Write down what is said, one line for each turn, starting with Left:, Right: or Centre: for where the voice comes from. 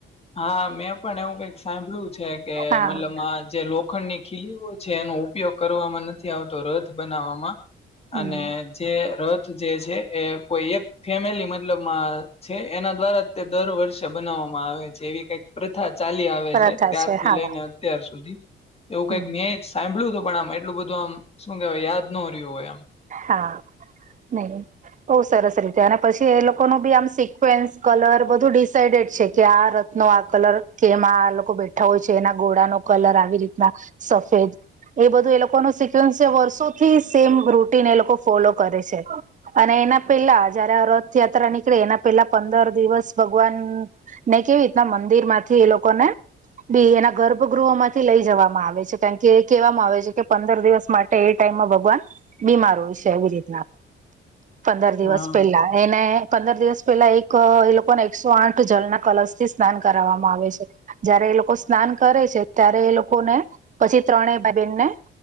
Left: હા મેં પણ એવું કઈક સાંભળ્યું છે કે
Right: હા
Left: મતલબ આ જે લોક. લોખંડ ની ખીલીઓ છે એનો ઉપયોગ કરવામાં નથી આવતો રથ બનાવવામાં
Right: હમ
Left: અને જે રથ જે છે એ કોઈ એક ફેમિલી મતલબ મા છે એના દ્વારા તે દર વર્ષે બનાવવામાં આવે. જેવી કઈક પ્રથા ચાલી આવે
Right: પ્રથા
Left: છે ત્યારથી
Right: હા
Left: લઈને અત્યાર સુધી એવું
Right: હમ
Left: કઈક નેયજ. હાભળ્યું હતું પણ આમ એટલું બધું આમ શું કહેવાય યાદ ન રહ્યું હોય આમ.
Right: હા નહી. બઉુ સરસ રીતે અને પછી એ લોકો ન બી આમ સિકવેન્સ કલર બધું ડિસઇડેડ છે કે આ નો આ કલર કે એમાં આ લોકો બેઠા હોય છે એના ઘોડાનો કલર આવી રીતના સફેદ એ બધું એ લોકો ને સિક્વન્સ છે વર્ષોથી સેમ રૂટીન એ લોકો ફોલો કરે છે. અને એના પેલા જયારે આ રથયાત્રા નીકળે એના પેલા પંદર દિવસ ભગવાન ને કેવી રીતના મંદિર માંથી એ લોકો ને બી એના ગર્ભગૃહો માંથી લઈ જવામાં આવે છે કારણ કે એ કહેવામાં આવે છે કે પંદર દિવસ માટે એ ટાઈમમાં ભગવાન બીમાર હોય છે એવી રીતના પંદર
Left: આમ
Right: દિવસ
Left: હા
Right: પહેલા એને પંદર દિવસ પહેલા એક એ લોકોને એકસો આઠ જળના કલશ થી સ્નાન કરાવવામાં આવે છે. જયારે એ લોકો સ્નાન કરે છે ત્યારે એ લોકો ને પછી ત્રણ ભાઈ બેન ને.